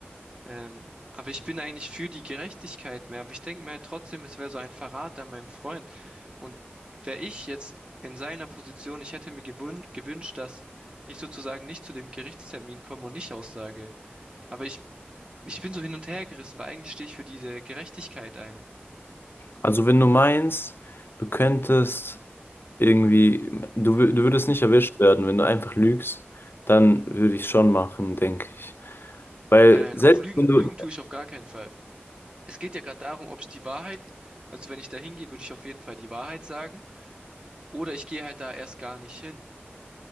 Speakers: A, on the right; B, on the left.
A: Ähm, aber ich bin eigentlich für die Gerechtigkeit mehr. Aber ich denke mir halt trotzdem, es wäre so ein Verrat an meinem Freund. Und wäre ich jetzt in seiner Position, ich hätte mir gewün gewünscht, dass ich sozusagen nicht zu dem Gerichtstermin komme und nicht aussage. Aber ich Ich bin so hin und her gerissen, weil eigentlich stehe ich für diese Gerechtigkeit ein.
B: Also wenn du meinst, du könntest irgendwie, du, wür- du würdest nicht erwischt werden, wenn du einfach lügst, dann würde ich schon machen, denke ich. Weil
A: Nein, nein,
B: selbst
A: auf Lügen,
B: wenn du,
A: Lügen tue ich auf gar keinen Fall. Es geht ja gerade darum, ob ich die Wahrheit, also wenn ich da hingehe, würde ich auf jeden Fall die Wahrheit sagen, oder ich gehe halt da erst gar nicht hin.